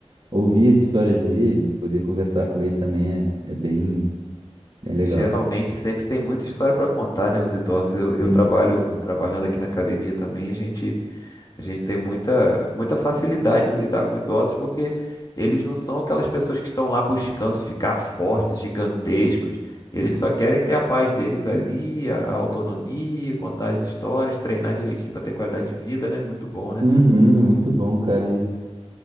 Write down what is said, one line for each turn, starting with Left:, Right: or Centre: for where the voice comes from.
Right: Ouvir as histórias deles, poder conversar com eles também é, é bem, bem legal.
Left: geralmente sempre tem muita história para contar, né? Os idosos, eu, eu
Right: Sim,
Left: trabalho
Right: cara.
Left: trabalhando aqui na academia também, a gente, a gente tem muita, muita facilidade em lidar com idosos porque eles não são aquelas pessoas que estão lá buscando ficar fortes, gigantescos. Eles só querem ter a paz deles ali, a, a autonomia, contar as histórias, treinar direitinho para ter qualidade de vida, né? Muito bom, né?
Right: Uhum, muito bom, cara, isso.